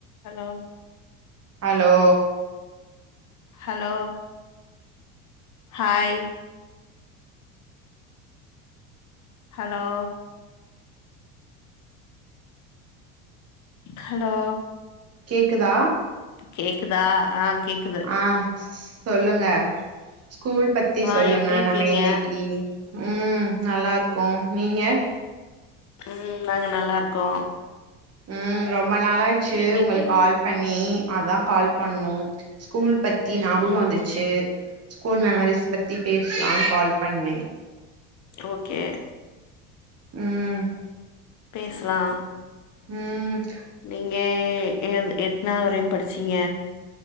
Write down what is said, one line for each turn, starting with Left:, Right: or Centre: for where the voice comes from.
Left: hello
Right: hello
Left: hello hi hello hello
Right: கேக்குதா
Left: கேக்குதா ஆ கேக்
Right: ஆ சொல்லுங்க ஸ்கூல் பத்தி
Left: ஆ
Right: சொல்லுங்க
Left: எப்டி இருக்கீங்க
Right: நம்ம இன்னக்கி ம் நல்லாருக்கோ நீங்க
Left: ம் நாங்க நல்லாருக்கோ
Right: ம் ரொம்ப நாளாச்சு
Left: இன்னைக்கு
Right: உங்களுக் கால் பண்ணி அதா கால் பண்ணோ ஸ்கூல் பத்தி ஞாபகம்
Left: ம்
Right: வந்துச்சு ஸ்கூல் மெமரிஸ் பத்தி பேஸ்லான்னு கால் பண்ணே
Left: ஓகே
Right: ம்
Left: பேஸ்லா
Right: ம்
Left: நீங்க எ எத்னாது வரையு படிச்சிங்க